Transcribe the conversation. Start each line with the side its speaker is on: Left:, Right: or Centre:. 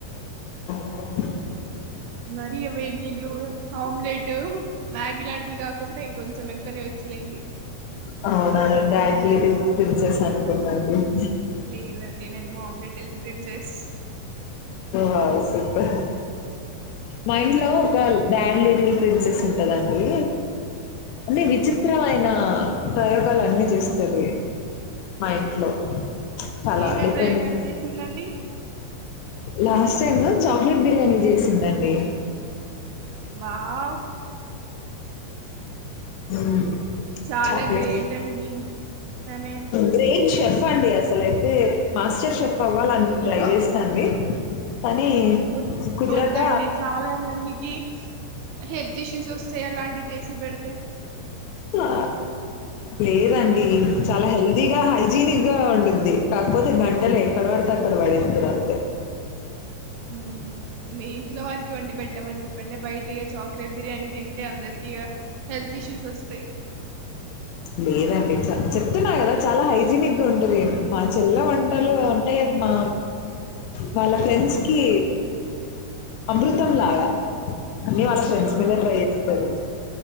Left: ఒకె
Right: మరియు వెనీళ్ళు ఆమ్లెట్ మ్యాగీ లాంటివి కాకుండ ఇంకొంచెం ఎక్కువనే వచ్చు లెండి
Left: అవునా నేను యాటిలిటిక్ ప్రిన్సెస్ అనుకున్న అండి <inaudible>
Right: లేదండి నేను మా omelette princess
Left: wow super mind
Right: థ్యాంక్
Left: లో ఒక
Right: యూ
Left: డాడ్ లిటిల్ ప్రిన్సెస్ ఉంటదండి అన్ని విచిత్రమైనా ప్రయోగాలు అన్ని చేస్తాది మా ఇంట్లో చాలా
Right: ఏమేం
Left: డిఫరెంట్
Right: ప్రయోగాలు
Left: డిఫరెంట్
Right: చేసిందండి
Left: లాస్ట్ టైము చాక్లెట్ బిర్యానీ చేసిందండి
Right: వా వ్
Left: మ్మ్
Right: చాలా
Left: చాక్లెట్
Right: గ్రేట్ అండి ఆమె
Left: గ్రేట్ చెఫ్ అండి అసలైతే మాస్టర్ షెఫ్ అవ్వాలని ట్రై చేస్తాంది కానీ
Right: వద్
Left: కుదరక
Right: వద్దండి చాలా మందికి హెల్త్ ఇష్యూస్ వస్తాయి అలాంటివి చేసి పెడితే
Left: ఆ లేదండి చాలా హెల్దీ గ హైజీనిక్ గా వండింది కాకపోతే గంటే లే ఎక్కడ పడితే అక్కడ పడేతంది
Right: అవున మెయిన్ ఇంట్లో వారికి వండి పెట్టమని చెప్పండే బయట ఇగ చాక్లెట్ బిర్యానీ తింటే అందరికి ఇగ హెల్త్ ఇష్యూస్ వస్తయ్
Left: లేదండి చ చెప్తున్నా గదా చాలా హైజీనిక్ గా ఉంటది మా చెల్ల వంటలు ఉంటాయ్ మా వాళ్ళ ఫ్రెండ్స్ కీ అమృతం లాగా అన్ని వాళ్ళ ఫ్రెండ్స్
Right: వావ్
Left: మీద్నే ట్రై జేస్తది